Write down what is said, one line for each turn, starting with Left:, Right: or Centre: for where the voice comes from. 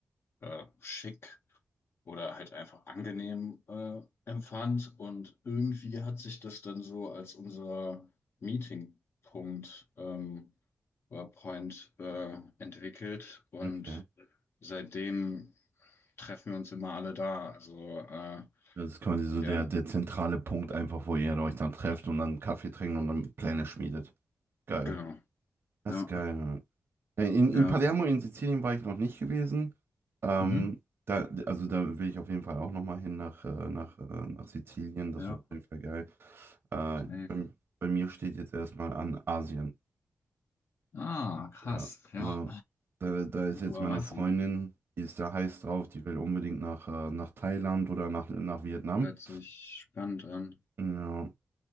Left: äh, schick oder halt einfach angenehm äh, empfand. Und irgendwie hat sich das dann so als unser Meetingpunkt ähm, oder Point äh, entwickelt. Und
Right: Okay.
Left: seitdem treffen wir uns immer alle da. Also äh, Ja,
Right: Das ist quasi so
Left: ja,
Right: der, der zentrale Punkt einfach, wo ihr euch dann trefft
Left: ja,
Right: und dann Kaffee trinkt und dann Pläne schmiedet. Geil.
Left: genau.
Right: Das
Left: Ja,
Right: ist geil. Äh, In, in
Left: ja.
Right: Palermo in Sizilien war ich noch nicht gewesen. Ähm,
Left: Mhm.
Right: da, also da will ich auf jeden Fall auch nochmal hin nach, äh, nach, äh, nach Sizilien. Das
Left: Ja,
Right: wäre auf jeden Fall geil. Äh,
Left: safe.
Right: bei, bei mir steht jetzt erstmal an Asien.
Left: Ah, krass.
Right: Ja,
Left: Ja.
Right: also da, da ist jetzt
Left: Kroatien.
Right: meine Freundin, die ist da heiß drauf, die will unbedingt nach, äh, nach Thailand oder nach, nach Vietnam.
Left: Hört sich spannend an.
Right: Ja,